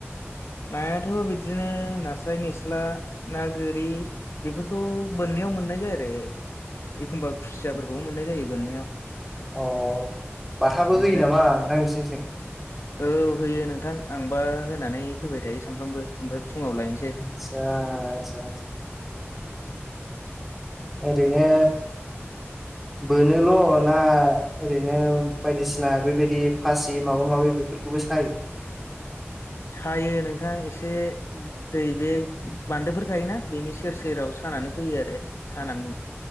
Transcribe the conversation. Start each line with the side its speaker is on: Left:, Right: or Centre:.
Left: नायाथ' बिदिनो नास्राय निस्ला ना गोरि बेफोरखौ बोननायाव मोननाय जायो आरो एखमबा खुसियाफोरखौबो मोननाय जायो बोननायाव।
Centre: अ बाथाबो
Left: ओमफ्राय
Centre: होयो नामा नोंथां नोंसिनिथिं?
Left: औ होयो नोंथां आंबा होनानै फैबाय थायो सानफ्रामबो ओमफ्राय फुङाव लायनोसै।
Centre: आतसा आतसा। ओरनो बोनोल' ना ओरैनो बायदिसिना बेबायदि फासि माबा माबि बेफोरखौबो सायो?
Left: सायो नोंथां एसे। दै बे बान्दोफोर थायोना बेनि सेर सेराव सानानै फैयो आरो। सानानै